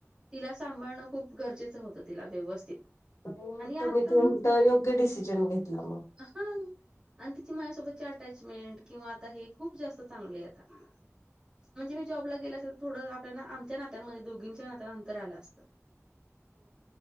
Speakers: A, on the right; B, on the left.
A: तिला सांभाळणं खूप गरजेचं होतं तिला व्यवस्थित.
B: नाही मग
A: आणि आता
B: तुम्ही ते
A: मग
B: उलट योग्य डिसिजन घेतला मग.
A: हां. आणि तिची माझ्यासोबतची अटॅचमेंट किंवा आता हे खूप जास्त चांगले आहे आता. म्हणजे मी जॉबला गेला असते तर थोडं आपल्या आमच्या नात्यांमध्ये दोघींच्या नात्यात अंतर आलं असतं.
B: <inaudible>